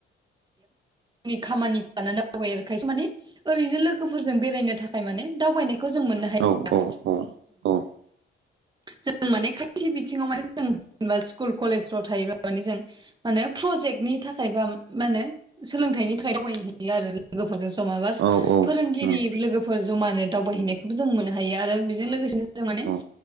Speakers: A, on the right (about 20°); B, on the right (about 70°).
A: नि खामानिखौ लानानै दावबायो आरो खायसे माने ओरैनो लोगोफोरजों बेरायनो थाखाय माने दावबायनायखौ जों मोननो हाया।
B: औ औ औ
A: जों माने खायसे बिथिङाव माने जों जेनेबा स्कुल कलेजफ्राव थायोब्ला माने जों माने प्रजेक्टनि थाखाय बा। मा होनो सोलोंथाइनि थाखाय दावबायहैयो आरो लोगोफोरजों जमा बास
B: औ औ
A: फोरोंगिरि
B: उम
A: लोगोफोर फोर जमानो दावबायहैनायखौबो जों मोननो हायो आरो बेजों लोगोसेनो जों माने
B: औ